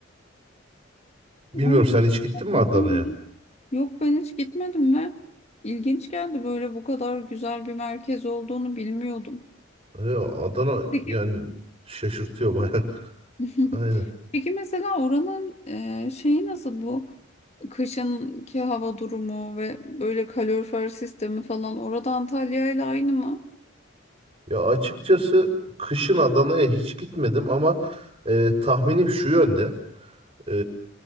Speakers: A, on the right (about 30°); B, on the left (about 35°).
A: bilmiyorum
B: Ama
A: sen hiç gittin
B: gerçekten
A: mi Adana'ya
B: iyi. Yok ben hiç gitmedim ve ilginç geldi böyle bu kadar güzel bir merkez olduğunu bilmiyordum.
A: E, Adana
B: Peki
A: yani şaşırtıyor bayağı
B: <laughs>
A: <laughs> aynen
B: Peki mesela oranın e, şeyi nasıl bu? Kışınki hava durumu ve böyle kalorifer sistemi falan orada Antalya ile aynı mı?
A: Ya açıkçası kışın Adana'ya hiç gitmedim ama e, tahminim şu yönde. E,